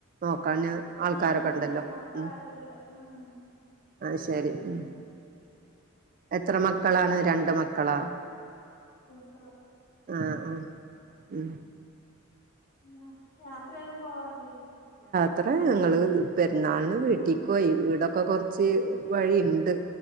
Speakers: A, on the right; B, on the left.
A: ക്കാന് ആൾക്കാരൊക്കെ
B: ആഹ് അന്നേരം
A: ഉണ്ടല്ലോ
B: നോക്കാൻ
A: ഉ
B: ആരുല്ല ഉം
A: ആഹ ശരി ഉ എത്ര മക്കളാണ് രണ്ട മക്കളാ
B: ആ
A: ആഹ ആ ഉ
B: പിന്നെ യാത്രയൊന്നും പോവാറില്ലേ
A: അത്ര ഞങ്ങള്ൾ പെരുന്നാളിന് വീട്ടിൽക്ക് പോയി വീടൊക്കെ കുറച്ച് വഴിയുണ്ട്